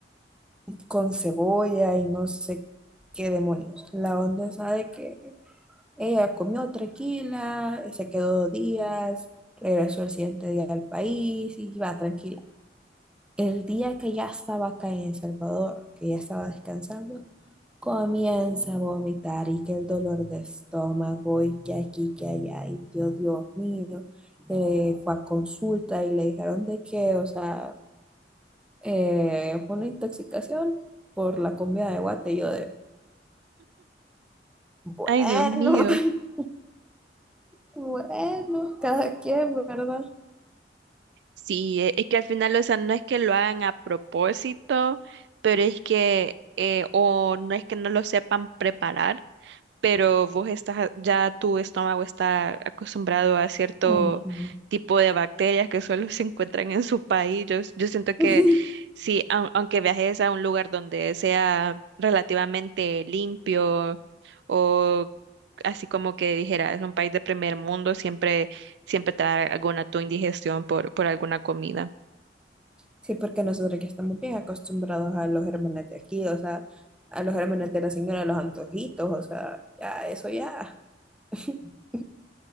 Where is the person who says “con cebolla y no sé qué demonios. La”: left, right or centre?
Centre